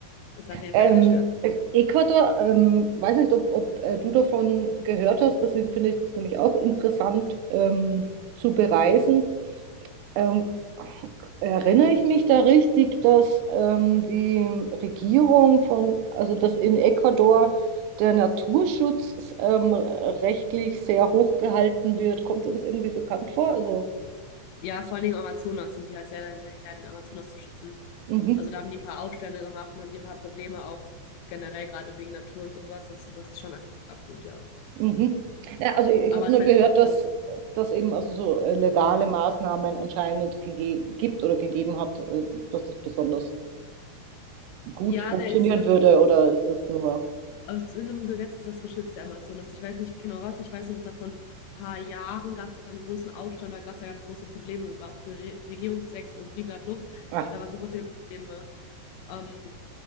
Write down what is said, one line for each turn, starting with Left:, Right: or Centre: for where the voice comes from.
Left: Ist auf jeden
Right: Ähm,
Left: Fall sehr schön.
Right: äh, Ecuador, ähm, weiß nicht, ob, ob äh, du davon gehört hast, deswegen finde ich es nämlich auch interessant ähm, zu bereisen. Ähm, erinnere ich mich da richtig, dass ähm, die Regierung von, also dass in Ecuador der Naturschutz ähm, rechtlich sehr hoch gehalten wird? Kommt dir das irgendwie bekannt vor? Also,
Left: Ja, vor allen Dingen im Amazonas sind die halt sehr dahinterher, den Amazonas zu schützen.
Right: mhm,
Left: Also da haben die ein paar Aufstände gemacht und haben die ein paar Probleme auch generell, gerade wegen Natur und sowas. Das, das ist schon ak akut, ja.
Right: mhm.
Left: Ja.
Right: Ja, also ich
Left: Aber
Right: habe
Left: es
Right: nur
Left: ist halt
Right: gehört,
Left: trotzdem.
Right: dass das eben also so äh, legale Maßnahmen anscheinend gege- gibt oder gegeben hat, äh, dass das besonders gut
Left: Ja,
Right: funktionieren
Left: der ist irg-
Right: würde, oder ist das nur...
Left: aus irgendeinem Gesetz ist das geschützt, der Amazonas. Ich weiß nicht genau was. Ich weiß nur, dass da vor ein paar Jahren gab es da einen großen Aufstand, da gab es da ganz große Probleme, war auch Gere- Regierungswechsel und blablabla.
Right: Ah,
Left: Da waren super viele Probleme. Ähm,